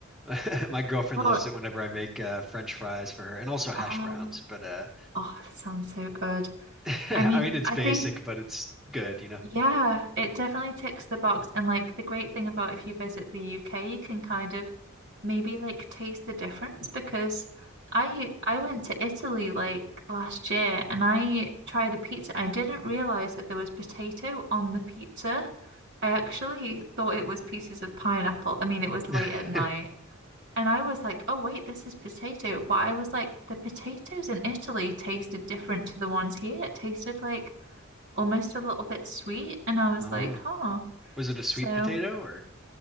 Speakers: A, in the centre; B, on the right (about 55°).
A: <laughs> my girlfriend
B: Well,
A: loves it whenever I make uh French fries for her and also hash
B: oh,
A: browns, but uh
B: oh, sounds so good.
A: <laughs>
B: I mean,
A: I mean, it's
B: I
A: basic,
B: think
A: but it's good, you know.
B: Yeah, it definitely ticks the box. And like the great thing about if you visit the UK, you can kind of maybe like taste the difference because I I went to Italy like last year and I tried a pizza. I didn't realize that there was potato on the pizza. I actually thought it was pieces of pineapple. I mean, it was
A: <laughs>
B: late at night. And I was like, oh, wait, this is potato. But I was like, the potatoes in Italy tasted different to the ones here. It tasted like almost a little bit sweet. And I was
A: Oh,
B: like, huh.
A: was it a sweet
B: So
A: potato or?